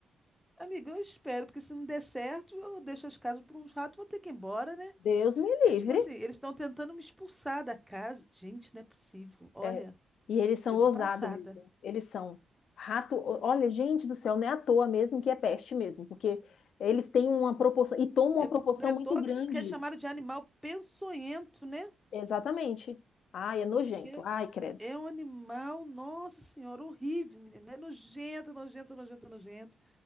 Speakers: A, in the centre; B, on the left.
A: Amiga, eu espero, porque se não der certo, eu deixo as casas para uns ratos, vou ter que ir embora, né?
B: Deus me
A: É
B: livre.
A: tipo assim, eles estão tentando me expulsar da casa. Gente, não é possível. Olha,
B: É, E eles são
A: eu
B: ousados
A: tô passada.
B: mesmo. Eles são rato. o- Olha, gente do céu, não é à toa mesmo que é peste mesmo, porque eles têm uma proporção e tomam
A: É,
B: uma proporção
A: po- não é à
B: muito
A: toa
B: grande.
A: que que é chamado de animal peçonhento, né?
B: Exatamente. Ai, é nojento.
A: Porque
B: Ai, credo.
A: é um animal, nossa senhora, horrível, menina. É nojento, nojento, nojento, nojento.